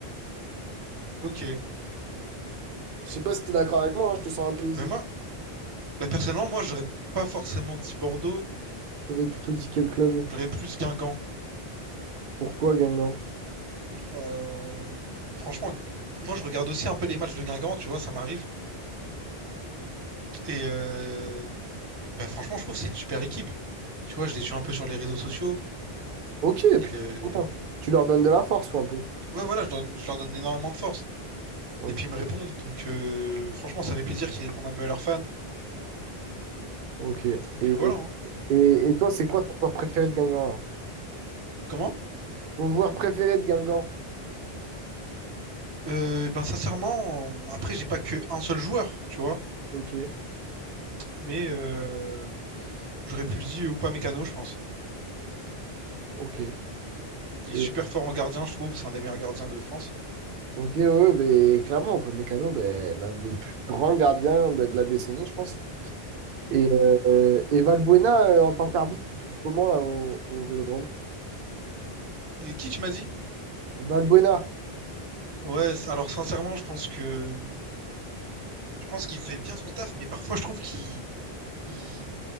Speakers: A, on the right (about 30°); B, on the right (about 65°).
A: ok.
B: Je sais pas si t'es d'accord avec moi, hein, je te sens un peu hésitant.
A: Mais moi, bah, personnellement, moi, j'aurais pas forcément dit Bordeaux,
B: T'aurais plutôt dit quel club?
A: j'aurais plus Guingamp.
B: Pourquoi Guingamp?
A: Bah, euh, franchement, moi, je regarde aussi un peu les matchs de Guingamp, tu vois, ça m'arrive. Et euh, bah, franchement, je trouve que c'est une super équipe. Tu vois, je les suis un peu sur les réseaux sociaux.
B: Ok,
A: Et
B: putain,
A: euh,
B: c'est bien. tu leur donnes de la force ou un peu?
A: ouais, voilà, je, donne- je leur donne énormément de force.
B: Ok,
A: Et puis ils me répondent. Donc euh, franchement, ça fait plaisir qu'ils répondent un peu à leurs fans.
B: ok. Et,
A: Et puis voilà. hein.
B: et, et toi, c'est quoi ton joueur préféré de Guingamp là?
A: Comment?
B: Ton joueur préféré de Guingamp?
A: Euh, ben sincèrement, après, j'ai pas que un seul joueur, tu vois.
B: Ok,
A: Mais euh, j'aurais plus dit Oupa Mécano, je pense.
B: ok.
A: Il
B: Et-
A: est super fort en gardien, je trouve. C'est un des meilleurs gardiens de France.
B: Ok, ouais, ouais, mais clairement, on peut Mécano, ben, l'un des plus grands gardiens ben, de la décennie, je pense. Et, euh, et Valbuena, euh, en tant qu'arbitre, tu te trouves comment là au, au Vélodrome?
A: Et Qui tu m'as dit?
B: Valbuena,
A: Ouais, c- alors sincèrement, je pense que je pense qu'il fait bien son taf, mais parfois je trouve qu'il il,